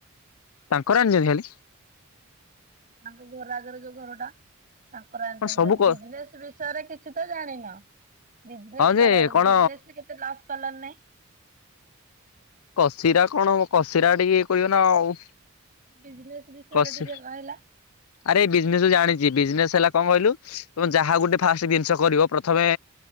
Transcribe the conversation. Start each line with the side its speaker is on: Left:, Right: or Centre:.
Left: ତାଙ୍କର ଅଣିଚନ୍ତି ଖାଲି?
Right: ତାଙ୍କ ଘର ଆଗରେ ଯୋଉ ଘରଟା ତାଙ୍କର ଆଣିଛନ୍ତି
Left: କଣ ସବୁ କ
Right: ବିଜନେସ ବିଷୟରେ କିଛି ତ ଜାଣିନ। ବିଜନେସ୍
Left: ହଁ ଯେ
Right: କର
Left: କଣ
Right: ବିଜନେସରେ କେତେ ଲସ୍ କଲଣି ନାଇଁ।
Left: କସିରା କଣ କସିରା ଟିକେ ଇଏ କହିବ ନା ଆଉ।
Right: ବିଜନେସ୍ ବିଷୟରେ
Left: କସି
Right: ଟିକେ କହିଲ?
Left: ଆରେ ବିଜନେସ ଜାଣିଛି ବିଜନେସ ହେଲା କଣ କହିଲୁ ତ ଯାହା ଗୋଟେ ଫାଷ୍ଟ ଜିନିଷ କରିବ ପ୍ରଥମେ